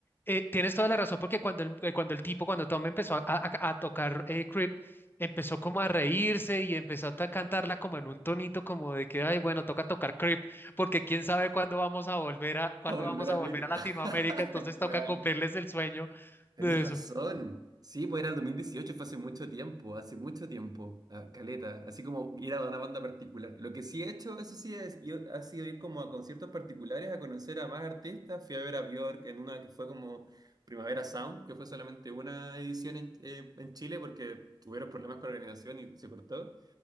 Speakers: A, on the left; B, on the right.
A: eh, tienes toda la razón porque cuando el, eh, cuando el tipo, cuando Tom empezó a, a- a tocar eh, Creep, empezó como a reírse y empezó a ta- cantarla como en un tonito como de que, ay, bueno, toca tocar Creep porque quién sabe cuándo vamos a volver a, cuándo
B: A volver
A: vamos
B: a
A: a volver
B: México.
A: a Latinoamérica,
B: <laughs>
A: entonces
B: Real.
A: toca cumplirles el sueño
B: Tenéis
A: de
B: razón.
A: eso.
B: Sí, pues era el 2018 fue hace mucho tiempo, hace mucho tiempo, a caleta, así como ir a una banda particular. Lo que sí he hecho, eso sí, es, ir- ha sido ir como a conciertos particulares, a conocer a más artistas. Fui a ver a Björk en una que fue como Primavera Sound, que fue solamente una edición en, eh, en Chile porque tuvieron problemas con la organización y se cortó.